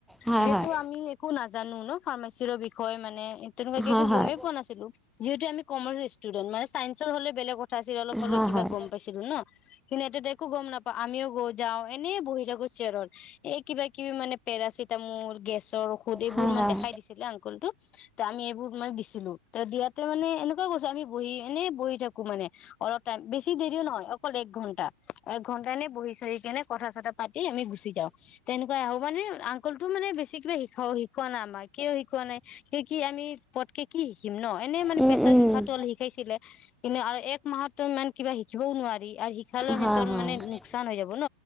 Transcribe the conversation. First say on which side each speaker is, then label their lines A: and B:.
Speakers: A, in the centre; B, on the left (about 35°).
A: হয়,
B: যিহেতু
A: হয়,
B: আমি একো নাজানো ন ফাৰ্মাচীৰ বিষয়ে মানে তেনেকুৱাকে
A: হয়,
B: একো
A: হয়।
B: গমেই পোৱা নাছিলোঁ যিহেতু আমি কমাৰ্চ ষ্টুডেন মানে চাইন্ঞ্চৰ হলে বেলেগ কথা আছিল অলপ হলেও
A: হয়,
B: কিবা
A: হয়।
B: গম পাইছি ছিলো ন কিন্তু এতিয়া একো গম নাপাওঁ আমিও যাওঁ এনেই বহি থাকোঁ চেয়াৰত এই কিবা কিবি মানে পেৰাচিটামল গেছৰ ঔষধ এইবোৰ
A: হয়,
B: মানে
A: হয়।
B: দেখাই দিছিলে আংকলটো যে আমি এইবোৰ মানে দিছিলো ত দিয়াতে মানে এনেকুৱা কৈছো আমি বহি এনেই বহি থাকো মানে অলপ টাইম বেছি দেৰিও নহয় অকল এক ঘণ্ট ঘন্টাএকঘণ্টাই নে বহি চহি কেনে কথা চথা পাতি আমি গুচি যাওঁ তেনেকুৱাই আৰু মানে আংকলটো মানে বেছি কিবা শিকা শিকোৱা নাই আমাক, কিয় শিকোৱা নাই কি কি আমি পতকে কি শিকিম ন এনেই মানে
A: উম,
B: প্ৰেছাৰ
A: উম।
B: জোখাতো অলপ শিকাইছিলে কিন্তু আৰু এক মাহতো ইমান কিবা শিকিবও নোৱাৰি আৰু শিকালোঁ
A: হয়,
B: হেতৰ
A: হয়।
B: মানে নোকচান হৈ যাব ন,